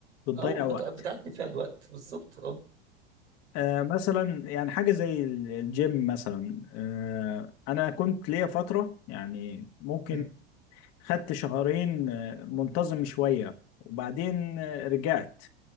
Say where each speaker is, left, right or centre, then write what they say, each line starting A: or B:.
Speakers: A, on the left; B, on the right.
A: بتضيع
B: أو بت...
A: وقت
B: بتعدي فيها الوقت بالظبط أه
A: آه، مثلا يعني حاجة زي ال- الجيم مثلا آه، أنا كنت ليا فترة يعني ممكن
B: أمم،
A: خدت شهرين آه، منتظم شوية وبعدين آه، رجعت